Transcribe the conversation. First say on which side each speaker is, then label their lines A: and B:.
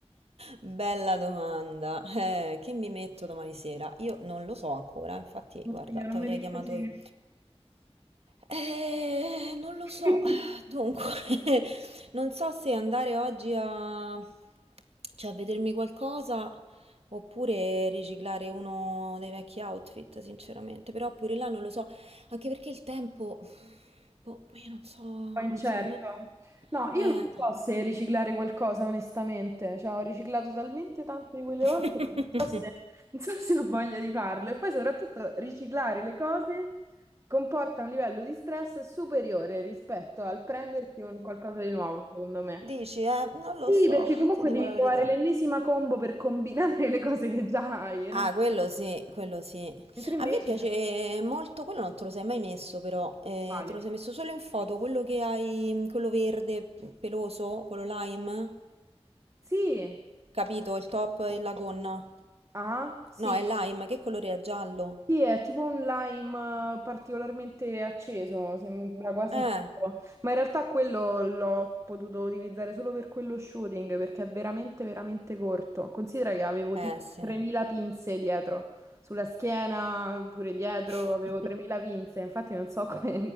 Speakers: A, on the right; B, on the right.
A: Bella domanda. Eh, che mi metto domani sera? Io non lo so ancora, infatti,
B: Oddio,
A: guarda, ti
B: non
A: avrei
B: mi dico
A: chiamato
B: così.
A: io. Eh, non lo
B: <laughs>
A: so.
B: Un
A: Dunque, <laughs> non so se andare oggi a, cioè, a vedermi qualcosa oppure riciclare uno dei vecchi outfit, sinceramente. Però pure là non lo so, anche perché il tempo, boh, io non so,
B: po' incerto.
A: secondo te...
B: No, io
A: Eh.
B: non so se riciclare qualcosa, onestamente. Cioè, ho riciclato talmente tante di quelle
A: <laughs>
B: volte che non
A: Eh,
B: so se, non so se ho voglia di farlo. E poi, soprattutto, riciclare le cose comporta un livello di stress superiore rispetto al prendersi un qualcosa di nuovo, secondo me.
A: Dici, eh? Non
B: Sì,
A: lo so,
B: perché comunque
A: ti dico
B: devi
A: la
B: trovare
A: verità.
B: l'ennesima combo per combinare <laughs> le cose che già hai, e
A: Ah,
B: non è-
A: quello sì, quello sì.
B: Mentre invece
A: A me piace
B: è
A: molto, quello non te lo sei mai messo però, eh,
B: uguale.
A: te lo sei messo solo in foto, quello che hai, quello verde peloso, quello lime,
B: Sì.
A: capito? Il top e la gonna.
B: Ah, sì.
A: No, è lime, che colore è? Giallo.
B: Sì, è tipo un lime eh, particolarmente acceso, sembra quasi
A: Eh,
B: fuoco, ma in realtà quello l'ho potuto utilizzare solo per quello shooting perché è veramente, veramente corto. Considera che avevo
A: eh
B: tipo
A: sì.
B: 3.000 pinze dietro, sulla schiena, pure dietro,
A: <laughs>
B: avevo 3.000 pinze, infatti non so come...